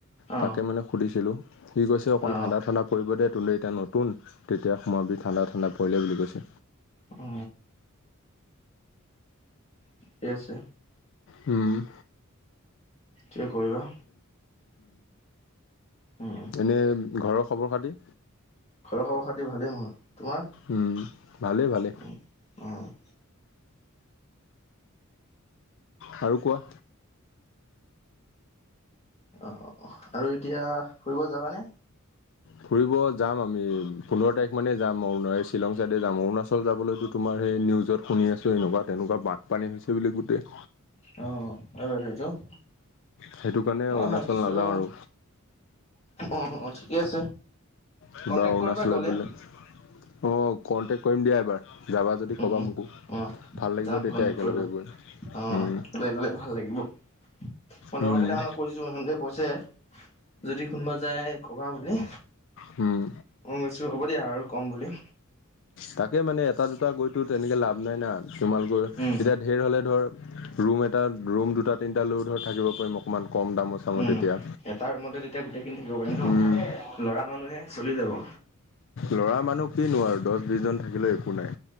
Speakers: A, on the left (about 30°); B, on the left (about 60°).
A: অ
B: তাকে, মানে সুধিছিলোঁ সি কৈছে অকণ
A: অ
B: ঠাণ্ডা ঠাণ্ডা পৰিব দে তোলে এতিয়া নতুন তেতিয়া সোৱাবি ঠাণ্ডা, ঠাণ্ডা পৰিলে বুলি কৈছে
A: উ, ঠিকে আছে।
B: উম,
A: কিয় কৰিবা উম
B: এনেই ঘৰৰ খবৰ খাতি
A: ঘৰৰ খবৰ খাতি ভালেই, তোমাৰ?
B: উম, ভালে ভালে।
A: উ,
B: আৰু কোৱা?
A: অ', আৰু এতিয়া ফুৰিব যাবানে?
B: ফুৰিব যাম আমি পোন্ধৰ তাৰিখ মানে যাম শ্বিলং চাইডে যাম অৰুণাচল যাবলৈতো তোমাৰ সেই নিউজত শুনি আছোঁ, এনেকুৱা তেনেকুৱা বানপানী হৈছে বুলি গোটেই
A: আহ, <unintelligible> অ',
B: সেইটো কাৰণে অৰুণাচল
A: ভাবছো
B: নাযাওঁ আৰু
A: অ', অ', ঠিকে আছে।
B: কিবা
A: কণ্টেক্ট
B: অৰুণাচলত
A: কৰিবা গ'লে
B: বোলে, অ', কনটেক্ট কৰিম দিয়া এবাৰ যাবা যদি,
A: অঁ
B: ক'বা মোকো ভাল লাগিব
A: যাম,
B: তেতিয়া
A: কণ্টেকট
B: একেলগে
A: কৰিব অ',
B: গৈ
A: ওলাই পলাই ভাল লাগিব। মই,
B: উম,
A: লগৰ কেইট মানে কৈছো, সিহঁতে কৈছে যদি কোনোবা যায়, ক'বা বুলি
B: হম,
A: মই কৈছো হ'ব দিয়া, আৰু ক'ম বুলি।
B: তাকে, মানে এটা দুটা গৈতো তেনেকে লাভ নাই না, তোমালোকৰ
A: উম
B: এতিয়া ধেৰ হ'লে ধৰ ৰুম এটা, ৰুম দুটা, তিনটা লৈও ধৰ থাকিব পাৰিম অকণমান কম দামৰ চামত
A: উম
B: এতিয়া
A: এটা, ৰুমতে তেতিয়া গোটেইখিনি থাকিব পাৰিম ন
B: উম,
A: ল'ৰা মানুহে চলি যাব
B: লৰা মানুহ কিনো আৰু দহ বিশজন থাকিলে একো নাই।